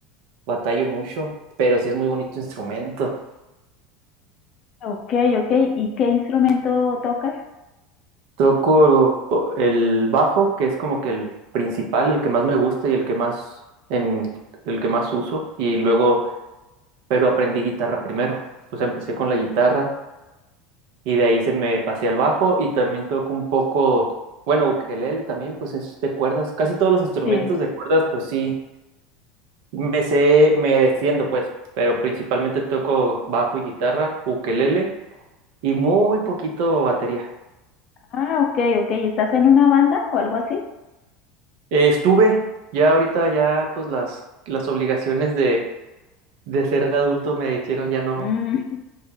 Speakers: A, on the right; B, on the left.
A: batallo mucho, pero sí es muy bonito instrumento.
B: ok, ok. ¿Y qué instrumento tocas?
A: Toco el bajo, que es como que el principal, el que más me gusta y el que más en el que más uso y luego pero aprendí guitarra primero. O sea, empecé con la guitarra y de ahí se me pasé al bajo y también toco un poco, bueno, ukelele también, pues es de cuerdas, casi todos los instrumentos
B: Sí.
A: de cuerdas, pues sí me sé, me defiendo pues, pero principalmente toco bajo y guitarra, ukelele y muy poquito batería.
B: Ah, ok, ok. ¿Y estás en una banda o algo así?
A: Eh, estuve, ya ahorita ya pues las, las obligaciones de, de ser adulto me hicieron ya no,
B: Mm,